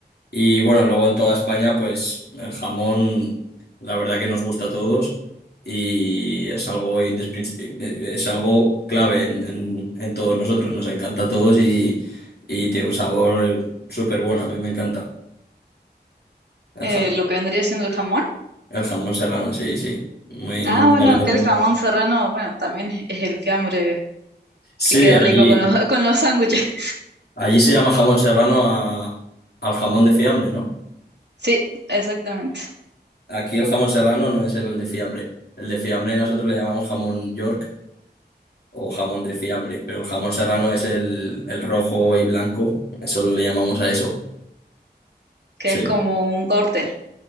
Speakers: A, on the left; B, on the right.
A: Y bueno, luego en toda España, pues el jamón, la verdad que nos gusta a todos y es algo, indispensable- es algo clave en, en- en todos nosotros. Nos encanta a todos y, y tiene un sabor súper bueno. A mí me encanta el
B: Eh,
A: jamón,
B: lo que vendría siendo el jamón.
A: el jamón serrano, sí, sí. Muy,
B: Ah,
A: muy
B: bueno,
A: salado.
B: acá el jamón serrano, bueno, también es el fiambre
A: Sí,
B: que queda
A: allí.
B: rico con los, <laughs> con los sándwiches. <laughs>
A: Allí se llama jamón serrano a- al jamón de fiambre, ¿no?
B: Sí, exactamente.
A: Aquí el jamón serrano no es el de fiambre. El de fiambre nosotros le llamamos jamón York o jamón de fiambre, pero el jamón serrano es el, el rojo y blanco, eso le llamamos a eso.
B: Que
A: Sí.
B: es como un corte.